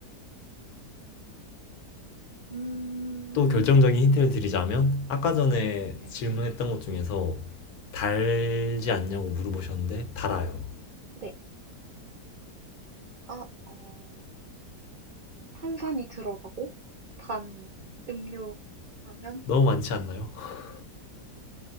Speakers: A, on the right (about 70°); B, on the left (about 65°).
A: 음,
B: 또 결정적인 힌트를 드리자면 아까 전에
A: 네,
B: 질문했던 것 중에서 달지 않냐고 물어보셨는데 달아요.
A: 네. 아, 어, 탄산이 들어가고 단 음료라면
B: 너무 많지 않나요? <laughs>